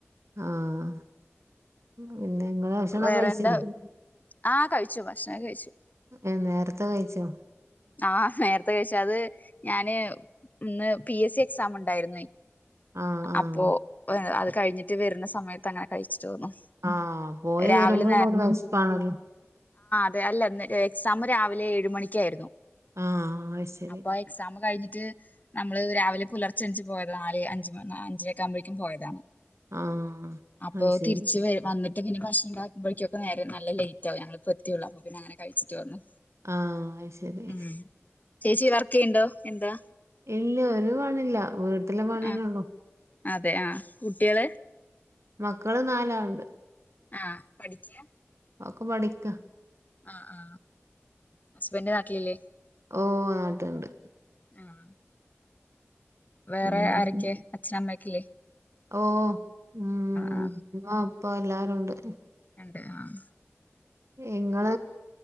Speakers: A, on the right; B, on the left.
A: ആഹ് പിന്നെ നിങ്ങള് ഭക്ഷണം
B: വേറെ
A: ഒകെ കഴിചില്ലേ
B: എന്താ ആഹ് കഴിച്ചു ഭക്ഷണം കഴിച്ചു
A: ഏ നേരത്തെ കഴിച്ചോ
B: ആഹ് നേരത്തെ കഴിച്ച അത് ഞാന് ഇന്ന് പി എസ് സി എക്സാം ഉണ്ടായിരുന്നു
A: ആഹ് ആഹ്
B: അപ്പൊ അത് കഴിഞ്ഞിട്ട് വരുന്ന സമയത്ത് അങ്ങനെ കഴിച്ചിട്ട് വന്നു
A: ആഹ പോയി
B: രാവിലെ
A: വരുമ്പോ ഒരു വി ശപ്പാണല്ലോ
B: അത അല്ല എക്സാം രാവിലെ ഏഴ് മണിക്കായിരുന്നു
A: ആഹ് ശരി
B: അപ്പൊ എക്സാം കഴിഞ്ഞിട്ട് നമ്മള് രാവിലെ പുലർച്ചെ അഞ്ച് പോയത് നാല് അഞ്ച് അഞ്ചരക്കാ മ്പോഴേക്കും പോയതാണ്
A: ആഹ്
B: അപ്പോ
A: അത് ശരി
B: തിരിച്ച് വ വന്നിട്ട് പിന്നെ ഭക്ഷണം ഉണ്ടാക്കുമ്പോഴക്കെ നേരെ നല്ല ലേറ്റ് ആവും ഞങ്ങൾ ഇപ്പോ എത്തിയേ ഒള്ളു അപ്പ പിന്നെ അങ്ങനേ കഴിച്ചിട്ട് വന്നു
A: ആഹ ശരി
B: ഉം ചേച്ചി വർക്ക് ചെയ്യണ്ടോ എന്താ
A: ഇല്ല ഒരു പണില്ല വീട്ടിൽ ള്ള പണി
B: ആ
A: തന്നെ ഒള്ളു
B: അതെ ആ കുട്ടികള്
A: മക്കള് നാലാള്ണ്ട്
B: ആഹ പഠിക്ക
A: ഒക്കെ പഠിക്ക
B: ആ ആ ഹസ്ബൻഡ് നാട്ടിലില്ലേ
A: ഓ ആട്ടുണ്ട്
B: ആഹ വേറെ
A: പിന്നെ
B: ആരൊക്കെ അച്ഛനമ്മക്കല്ലേ
A: ഓ ഉം ഉമ്മ
B: ആ
A: ഇപ്പ എല്ലാരും ഉണ്ട്
B: ഉണ്ട് ആഹ്
A: ഇങ്ങൾ